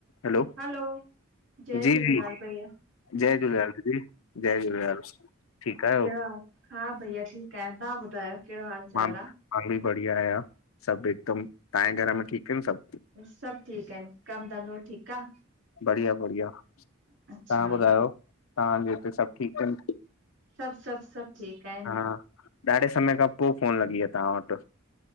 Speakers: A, on the left; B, on the right.
A: Hello
B: hello, जय
A: जी
B: झूलेलाल
A: जी
B: भईया।
A: जय झूलेलाल दीदी, जय झूलेलाल, ठीक आहियो?
B: कहिड़ो हाल? हा भैया ठीक आया। तव्हां ॿुधायो? कहिड़ो हाल चाल
A: मां मां
B: आ?
A: बि बढ़िया आहियां सभ हिकदम। तव्हांजे घर में ठीक आहिन सभ?
B: सभ ठीक आहिनि। कम धंधो ठीक आ?
A: बढ़िया बढ़िया। तव्हां
B: अच्छा,
A: ॿुधायो तव्हांजे हिते सभ ठीक आहिन?
B: सब सब सब ठीक आहेन।
A: हा ॾाढे समय खां पो फोन लॻी आहे तव्हां वट।